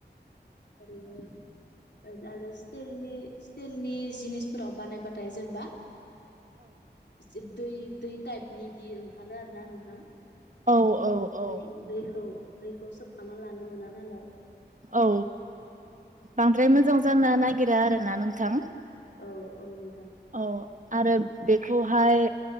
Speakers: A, on the left; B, on the right.
A: ओरैनोओरै आरो स्टिलनि स्टिलनि जिनिसफोराव बानायबाथाय जेनेबा से दै दै टाइपनि बिदि ओंखारो आरो ना नोंथां
B: औ औ औ
A: दै दैखौ दैखौ सोबखांना लानो मोना नालाय
B: औ बांद्राय मोजां जानो नागिरा आरो ना नोंथां
A: औ औ नोंथां
B: औ आरो बेखौहाय